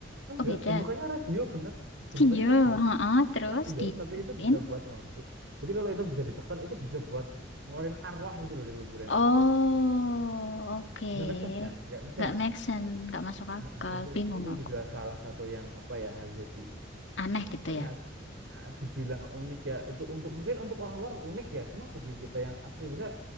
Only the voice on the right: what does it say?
Enggak,
bentukannya radio bener. Bentukannya
radio.
radio
tapi itu bisa buat ngontrol jadi kalau itu bisa ditekan itu bisa buat ngeluarin arwah gitu loh dari kuburan
nggak make sense kan nggak make
sense
kan
Ah, ah, itu
itu
juga salah satu yang apa ya hal jadi
apa
ya ah, dibilang unik ya itu untuk mungkin untuk orang luar unik ya cuma bagi kita yang asli bisa